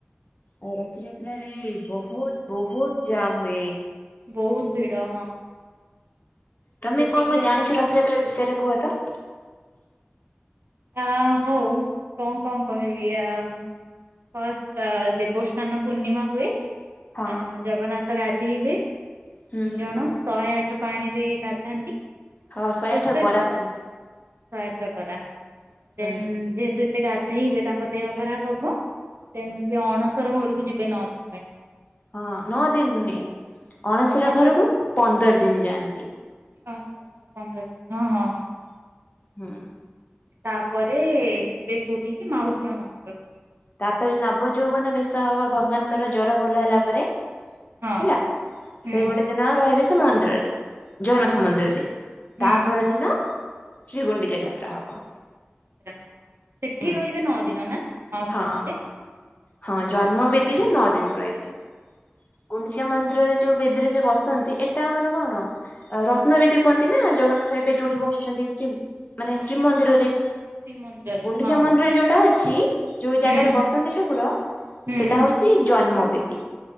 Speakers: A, on the left; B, on the right.
A: ଆଉ ରଥଯାତ୍ରାରେ ବୋହୁତ୍ ବୋହୁତ୍ ଜାମ୍ ହୁଏ।
B: ବୋହୁତ୍ ଭିଡ ହଁ।
A: ତମେ
B: ଯେତିକି
A: କଁ- କଁ
B: ଆଉ
A: ଜାଣିଛ ରଥଯାତ୍ରା ବିଷୟରେ କୁହ ତ?
B: ଆ ହଉ କଣ କଣ କରିହିବି ଆ କଣ ଫାଷ୍ଟ ଦେବସ୍ନାନ ପୂର୍ଣ୍ଣିମା ହୁଏ।
A: ହଁ
B: ଆଁ ଜଗନ୍ନାଥ ଗାଧିଇବେ, ତିନି
A: ହୁଁ
B: ଜଣ ଶହେ ଆଠ ପାଣି ଦେଇ ଗାଧାନ୍ତି,
A: ହଁ ଶହେ
B: ଠିକ୍
A: ଆଠ
B: ଅଛି ତ
A: ଗରା
B: ଶହେ
A: ପାଣିରେ
B: ଆଠ କରା ହଁ।
A: ହୁଁ
B: ଦେନ୍ ଯେହେତୁ ଏତେ ଗାଧେଇବେ ତାଙ୍କ ଦେହ ଖରାପ୍ ହବ। ସେମ୍ ତି ଅଣସର ଘରକୁ ଯିବେ ନଅ ଦିନ୍ ପାଇଁ।
A: ହଁ ନଅ ଦିନ୍ ନୁହେଁ, ଅଣସରା
B: ସାତ
A: ଘରକୁ ପନ୍ଦର ଦିନ୍ ଯାଆନ୍ତି।
B: <unintelligible> ପନ୍ଦର ଦିନ୍ ହଁ -ହଁ- ହଁ।
A: ହୁଁ।।
B: ତାପରେ ଯିବେ କୋଉଠିକି ମାଉସୀଆ ମନ୍ଦିର।
A: ତାପରେ ନବ ଯୌବନ ବେଶ ହବ ଭଗବାନଙ୍କର ଜ୍ଵର ଭଲ ହେଲା ପରେ।
B: ହଁ
A: ହେଲା
B: ହୁଁ
A: ସେ ଗୋଟେ ଦିନ ରହିବେ ସେ ମନ୍ଦିରରେ। ଜଗନ୍ନାଥ ମନ୍ଦିରରେ
B: ହୁଁ।
A: ତାପ ଦିନ ଶ୍ରୀ ଗଣ୍ଡିଚା ଯାତ୍ରା ହବ।
B: ହଁ ସେଠି
A: ହୁଁ
B: ରହିବେ ନଅ ଦିନ ନା ମା
A: ହଁ
B: ଘରେ।
A: ହଁ ଜନ୍ମବେଦିରେ
B: ହୁଁ
A: ନଅ ଦିନ ରହିବେ। ଗୁଣ୍ଡିଚିଆ ମନ୍ଦିରରେ ଯୋଉ। ବେଦିରେ ସେ ବସନ୍ତି ଏଟା ଆମର କଣ ରତ୍ନବଦୀ କୁହନ୍ତି ନା ଜଗନ୍ନାଥ। ତ ଏବେ ଯୋଉଠି ବସିଛନ୍ତି ଶ୍ରୀ ମାନେ ଶ୍ରୀମନ୍ଦିରରେ।
B: ଶ୍ରୀମନ୍ଦିରରେ
A: ଗୁଣ୍ଡିଚା
B: ହଁ
A: ମନ୍ଦିର ଯୋଉଟା ଅଛି। ଯୋଉ ଜାଗାରେ
B: ହୁଁ।
A: ବସନ୍ତି ଠାକୁର
B: ହୁଁ
A: ସେଟା ହଉଛି ଜନ୍ମବେଦି।